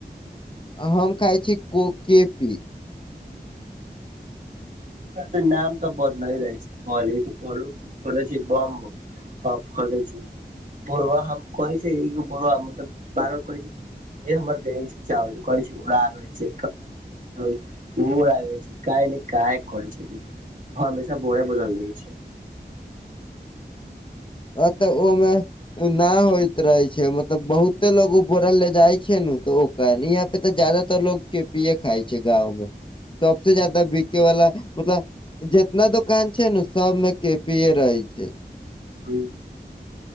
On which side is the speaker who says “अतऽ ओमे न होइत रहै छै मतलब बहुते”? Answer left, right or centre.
Left